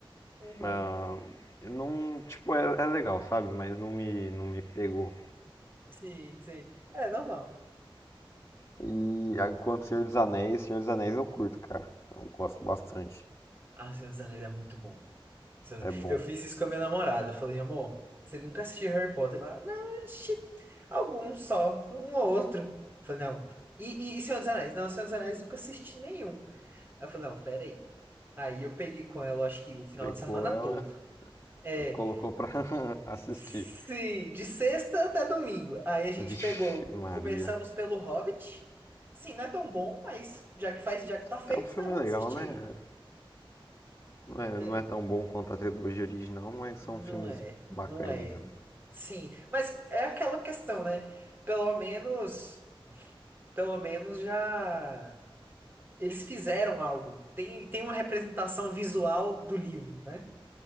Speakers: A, on the right; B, on the left.
A: aham.
B: ah, não, tipo, é, é legal, sabe? Mas não me, não me pegou.
A: Sim, sim. É normal.
B: E a- quanto Senhor dos Anéis, Senhor dos Anéis eu curto, cara. Eu gosto bastante.
A: Ah, Seus Anéis é muito bom. Seus-
B: É bom.
A: Eu fiz isso com a minha namorada. Eu falei, amor, você nunca assistiu Harry Potter? Ela, não, eu assisti algum só, um ou outro. Eu falei, não. E, e, e Senhor dos Anéis? Não, Senhor dos Anéis nunca assisti nenhum. Ela falou, não, peraí. Aí eu peguei com ela, eu acho que o final
B: Pegou
A: de semana
B: ela
A: todo. É.
B: e colocou pra <laughs> assistir.
A: Sim, de sexta até domingo. Aí a gente
B: Vixe,
A: pegou,
B: Maria.
A: começamos pelo Hobbit. Sim, não é tão bom, mas já que faz, já que tá feito,
B: É um filme
A: né? Vamos
B: legal,
A: assistir.
B: né? Não é,
A: É,
B: não é tão bom quanto a trilogia original, mas
A: não
B: são filmes
A: é,
B: bacaninhos.
A: não é.
B: né?
A: Sim, mas é aquela questão, né? Pelo menos, pelo menos já eles fizeram algo. Tem, tem uma representação visual do livro, né?